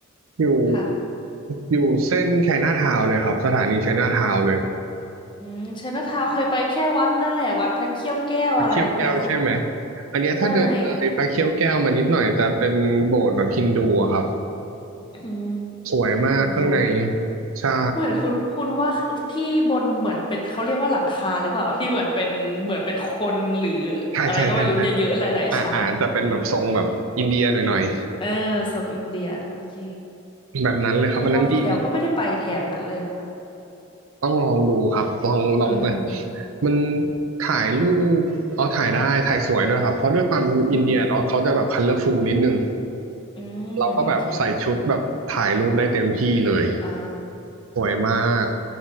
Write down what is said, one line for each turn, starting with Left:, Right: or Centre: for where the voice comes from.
Right: อยู่
Left: ค่ะ
Right: อยู่เส้นไชน่าทาวน์เลยครับสถานีไชน่าทาวน์เลย
Left: อืมไชน่าทาวน์เคยไปแค่วัดนั่นแหละวัดพระเขี้ยวแก้วอะไรนั่นแหละค่ะ
Right: พระเขี้ยวแก้วใช่ไหมอันเนี้ยถ้าเดินเลยพระเขี้ยวแก้วมานิดหน่อยจะเป็นโบสถ์แบบฮินดูอะครับ
Left: ใช่อ่ะอืม
Right: สวยมากข้างใน
Left: โบสถ์ฮินดู
Right: ใช่
Left: เหมือนคุณคุณว่าที่บนเหมือนเป็นเขาเรียกว่าหลังคาหรือเปล่าที่เหมือนเป็นเหมือนเป็นคนหรือ
Right: ใช่ใช่ใช่ใช่
Left: อะไรก็ไม่รู้เยอะๆหลายๆชั้น
Right: อ่าอ่าแต่เป็นแบบทรงแบบอินเดียหน่อย
Left: เออเซาท์อินเดียโอเค
Right: ๆแบบนั้นเลยครับอันนั้นดี
Left: รอบที่แล้วก็ไม่ได้ไปแถบนั้นเลยอะค่ะ
Right: ต้องลองดูครับลองลองเปิด
Left: เออ
Right: มันถ่ายรูปอ๋อถ่ายได้ถ่ายสวยด้วยครับเพราะด้วยความอินเดียเนาะเขาจะแบบคัลเลอร์ฟูลนิดนึง
Left: อืมอืมโอเค
Right: เราก็แบบใส่ชุดแบบถ่ายรูปได้เต็มที่เลย
Left: อ่า
Right: สวยมาก